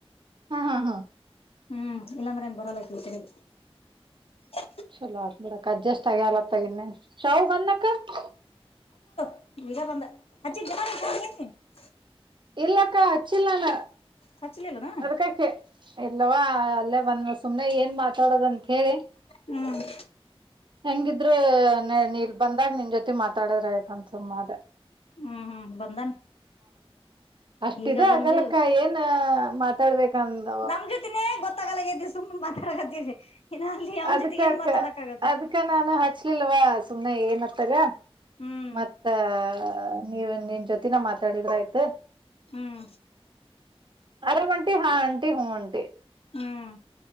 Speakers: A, on the right; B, on the left.
A: ಹಾ ಹಾ
B: ಹ್ಮ್ ಇಲ್ಲಾಂದ್ರೆ ಏನ್ ಬರಲ್ಲ <unintelligible>
A: ಚಲೋ ಆಗ್ಬಿಡಕ್ ಅಡ್ಜಸ್ಟ್ ಆಗಿ <unintelligible> ಶಾವ ಬನ್ನಕ್ಕ
B: ವ <unintelligible> ಗ ಬಂದ ಅಜ್ಜಿ <unintelligible>
A: ಇಲ್ಲಕ್ಕ ಹಚ್ಚಿಲ್ಲಾನ
B: ಹಚ್ಲಿಲ್ಲನ
A: ಅದ್ಕಕಚ್ಚಿ ಇಲ್ಲವಾ ಅಲ್ಲೇ ಬಂದ ಸುಮ್ನೆ ಏನ್ ಮಾತಾಡದಂತ ಹೇಳಿ
B: ಹ್ಮ್
A: ಹೆಂಗಿದ್ರು ನೀನಿಲ್ ಬಂದಾಗ ನಿನ್ ಜೊತೆ ಮಾತಾಡಿದ್ರ ಆಯ್ತನ್ ಸುಮ್ಮ ಆದೆ
B: ಹ್ಮ್ ಹ್ಮ್ ಬಂದನ್
A: ಅಷ್ಟಿದೆ
B: ಈಗ ಬಂದು
A: ಆಗಲಕ್ಕ ಏನ್ ಮಾತಾಡ್ಬೇಕಂದ
B: ನಮ್ ಜೊತಿನೇ ಗೊತ್ತಾಗಲ್ಲಾಗೈತಿ ಸುಮ್ನೆ ಮಾತಾಡಕತ್ತೀವಿ ಇನ್ನ ಅಲ್ಲಿ ಅವನ
A: ಅದ್ಕಕ್ಕ
B: ಜೊತೆ ಏನ್ ಮಾತಾಡಕ್ ಆಗತ್ತ
A: ಅದ್ಕ ನಾನು ಹಚ್ಲಿಲ್ವಾ ಸುಮನೆ ಏನತ್ತ <unintelligible>
B: ಹ್ಮ್
A: ಮತ್ತ ನೀವ ನಿನ್ ಜೊತೆ <unintelligible> ನ ಮಾತಾಡಿದ್ರ ಆಯ್ತು
B: ಹ್ಮ್
A: ಆರಾಮಂಟಿ ಹಾ ಆಂಟಿ <unintelligible> ಟಿ
B: ಹ್ಮ್